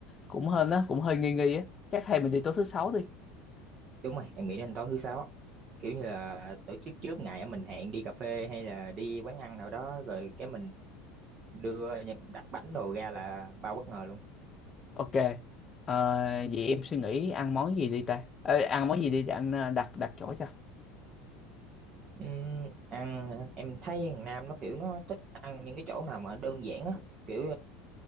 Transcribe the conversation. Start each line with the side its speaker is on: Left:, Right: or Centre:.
Left: cũng hơn á, cũng hơi nghi nghi á. Chắc hay mình đi tối thứ sáu đi.
Right: đúng rồi em nghĩ nên tối thứ sáu á. kiểu như là tổ chức trước ngày á, mình hẹn đi cà phê hay là đi quán ăn nào đó rồi cái mình đưa đặt bánh đồ ra là bao bất ngờ luôn
Left: Ok, ờ, vậy em suy nghĩ ăn món gì đi ta? Ờ, ăn món gì đi để anh ờ, đặt đặt chỗ cho.
Right: Ừm, ăn hả? em thấy thằng Nam nó kiểu nó thích ăn những cái chỗ nào mà đơn giản á kiểu